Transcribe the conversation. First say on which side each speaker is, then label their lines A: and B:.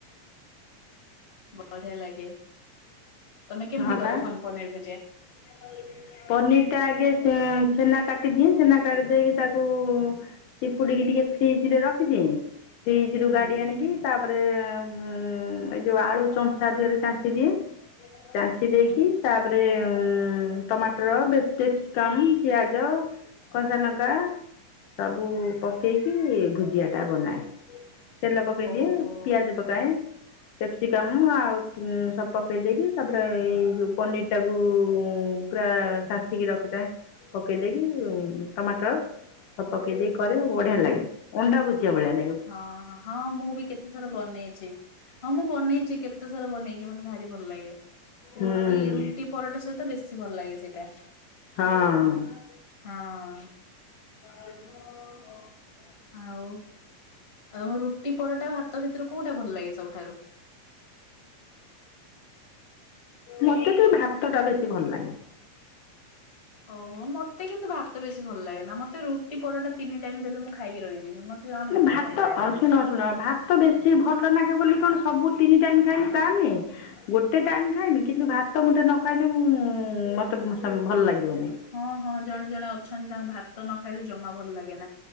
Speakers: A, on the left; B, on the left.
A: ବଢିଆ ଲାଗେ। ତମେ କେମିତି
B: ହଁ
A: କର
B: ବା
A: ଫନ୍ ପନିର ଭୁଜିଆ?
B: <unintelligible> ପନିର ଟା ଆଗେ ଚୁ-ଚୁନା କାଟିଦିଏ ଚୁନା କାଟି ଦେଇକି ତାକୁ ଚିପୁଡିକି ଟିକେ ଫ୍ରିଜରେ ରଖିଦିଏଁ। ଫ୍ରିଜରୁ
A: ହୁଁ
B: କାଢି ଆଣିକି ତାପରେ ଉଁ ଏ ଯୋଉ ଆଳୁ ଚଞ୍ଚା ଦେହରେ ଚାଞ୍ଚି ଦିଏ। ଚାଞ୍ଚି ଦେଇକି
A: ହୁଁ
B: ତାପରେ ଉଁ ଉଁ ଟମାଟର <unintelligible> କ୍ୟାପ୍ସିକମ୍ ପିଆଜ କଞ୍ଚାଲଙ୍କା ସବୁ ପକେଇକି ଭୁଜିଆ ଟା ବନାଏ। ତେଲ ପକେଇଦିଏ
A: ଓହୋ
B: ପିଆଜ ପକାଏ କ୍ୟାପ୍ସିକମ୍ ଆଉ ଉଁ ସବୁ ପକେଇ ଦେଇକି ତାପରେ ଏଇ ଯୋଉ ପନିର ଟାକୁ ଉଁ ଉଁ ପୁରା ଚାଞ୍ଚିକି ରଖିଥାଏ। ପକେଇ ଦେଇକି ଉଁ ଟମାଟର ସବୁ ପକେଇ ଦେଇ କରେ ବଢିଆ ଲାଗେ। ‌ ଅଣ୍ଡା ଭୁଜିିଆ ଭଳିଆ ନାଗିବ।
A: ହଁ ହଁ ହଁ ମୁଁ ବି କେତେ ଥର ବନେଇଚି। ହଁ ମୁଁ ବନେଇଚି କେତେଥର ବନେଇଚି ମତେ ଭାରି ଭଲ ଲାଗେ।
B: ହଁ
A: ରୁଟି ରୁଟି ପରଟା ସହିତ ବେଶୀ ଭଲ ଲାଗେ ସେଇଟା।
B: ହଁ।
A: ହଁ।
B: <unintelligible>
A: ଆଉ ଆଉ ମୁଁ ରୁଟି ପରଟା ହାତ ଭିତରୁ କୋଉଟା ଭଲ ଲାଗେ ସବୁଠାରୁ?
B: ମତେ ତ ଭାତଟା ବେଶୀ ଭଲ ଲାଗେ।
A: ଓହୋ ମତେ କିନ୍ତୁ ଭାତ ବେଶୀ ଭଲ ଲାଗେନା। ମତେ ରୁଟି ପରଟା ତିନି ଟାଇମ୍ ଦେଲେ ମୁଁ ଖାଇକି ରହିଯିବି। ଜମା
B: ଉଁ ଭାତ
A: ଭଲ ଲାଗେ
B: ଅ
A: ନା ବେଶୀ।
B: ଶୁଣ ଶୁଣ ଭା ତ ବେଶୀ ଭଲ ନାଗେ ବୋଲି କଣ ସବୁ ତିନି ଟାଇମ୍ ଖାଇମି ତା ନୁହେଁ। ଗୋଟେ ଟାଇମ୍ ଖାଇମି କିନ୍ତୁ ଭାତ ମୁଠେ ନଖାଇନେ ମୁଁ ମତେ ସେ ଭଲ ଲାଗିବନି।
A: ହଁ ହଁ ଜଣେ ଜଣେ ଅଛନ୍ତି ତାଙ୍କୁ ଭାତ ନଖାଇଲେ ଜମା ଭଲ ଲାଗେନା।